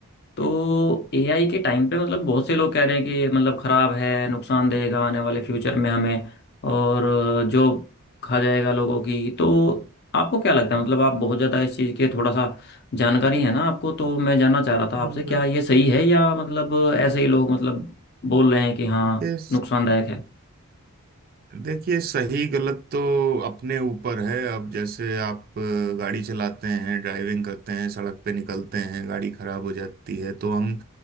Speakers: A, on the left (about 45°); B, on the right (about 40°).
A: तो एआई के टाइम पे मतलब बहुत से लोग कह रहे हैं कि ये मतलब खराब है नुकसान देगा आने वाले फ्यूचर में हमें और जॉब खा जाएगा लोगों की तो आपको क्या लगता है मतलब आप बहुत ज़्यादा इस चीज़ के थोड़ा सा जानकारी है ना आपको तो मैं जानना चाह रहा था
B: हम
A: आपसे क्या ये सही है या मतलब ऐसे ही लोग मतलब बोल रहे हैं कि हाँ
B: देखिए
A: नुकसानदायक है
B: देखिए सही गलत तो अपने ऊपर है अब जैसे आप अ, गाड़ी चलाते हैं ड्राइविंग करते हैं सड़क पे निकलते हैं गाड़ी खराब हो जाती है तो हम